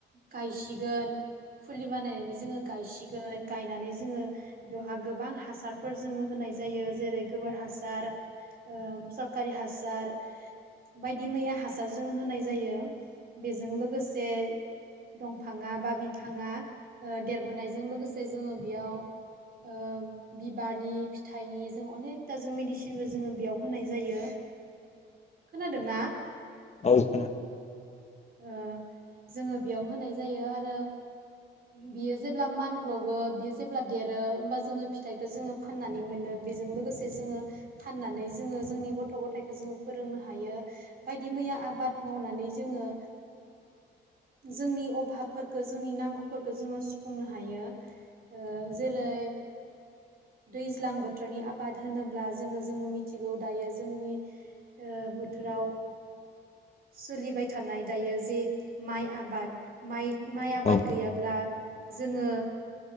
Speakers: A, on the right (about 50°); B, on the left (about 35°).
A: गायसिगोन फुलि बानायनानै जोङो गायसिगोन गायनानै जोङो बेवहा गोबां हासारफोर जोङो होनाय जायो जेरै गोबोर हासार ओ सरखारि हासार बायदि मैया हासार जोङो होनाय जायो बेजों लोगो। से दंफाङा बा बिफाङा देरबोनायजों लोगोसे जोङो बेयाव ओ बिबारनि फिथाइनि जों अनेकथा जों मेडिसिनबो जोङो बेयाव होनाय जायो खोनादोंना?
B: औ खोनादों।
A: ओ जोङो। बेयाव होनाय जायो आरो बियो जेब्ला मान ग्लबो बियो जेब्ला देरो होमबा जोङो फिथाइखौ जोङो फाननानै मोनो बेजों लोगोसे जोङो फाननानै जोङो जोंनि गथ' गथायाइखौ जोङो फोरोंनो हायो बायदि मैया आबाद मावनानै जोङो। जोंनि अभाबफोर। खो जोंनि नांगौफोरखो जोङो सुफुंनो हायो ओ जेरै। दैज्लां बोथोरनि आबाद होनोब्ला जोङो जों मिथिगौ दायो जोंनि ओ बोथोराव सोलिबाय। थानाय दायो जे माइ आबाद माइ। माइ आबाद
B: औ
A: गैयाब्ला जोङो।